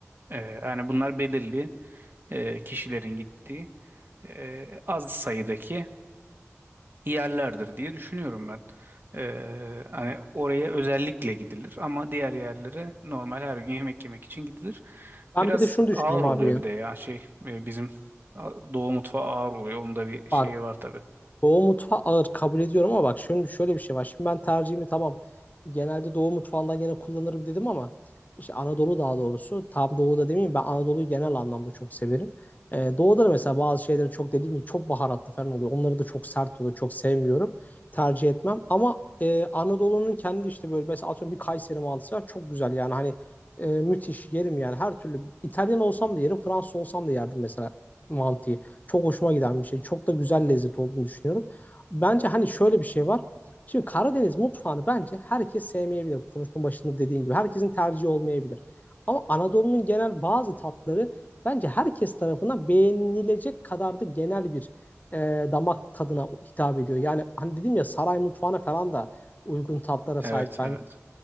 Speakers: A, on the right; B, on the left.
A: Ee, yani bunlar belirli e, kişilerin gittiği e, az sayıdaki yerlerdir diye düşünüyorum ben. Ee, hani oraya özellikle gidilir ama diğer yerlere normal her gün yemek yemek için gidilir.
B: Ben
A: Biraz
B: bir de şunu düşünüyorum
A: ağır oluyor
B: abi ya.
A: bir de ya şey e, bizim a- Doğu mutfağı ağır oluyor. Onun da bir şeyi
B: Bak
A: var tabii.
B: Doğu mutfağı ağır kabul ediyorum ama bak şimdi şöyle bir şey var. Şimdi ben tercihimi tamam genelde Doğu mutfağından gene kullanırım dedim ama işte Anadolu daha doğrusu tam Doğu'da demeyeyim ben Anadolu'yu genel anlamda çok severim. Ee, Doğu'da da mesela bazı şeyleri çok dediğim gibi çok baharatlı falan oluyor. Onları da çok sert oluyor. Çok sevmiyorum. Tercih etmem. Ama e, Anadolu'nun kendi işte böyle mesela atıyorum bir Kayseri mantısı var. Çok güzel yani hani e, müthiş yerim yani her türlü İtalyan olsam da yerim Fransız olsam da yerdim mesela mantıyı. Çok hoşuma giden bir şey. Çok da güzel lezzet olduğunu düşünüyorum. Bence hani şöyle bir şey var. Şimdi Karadeniz mutfağını bence herkes sevmeyebilir. Konuşmanın başında dediğin gibi. Herkesin tercihi olmayabilir. Ama Anadolu'nun genel bazı tatları bence herkes tarafından beğenilecek kadar da genel bir e, damak tadına hitap ediyor. Yani hani dedim ya saray mutfağına falan da uygun tatlara
A: Evet
B: sahip bence.
A: evet.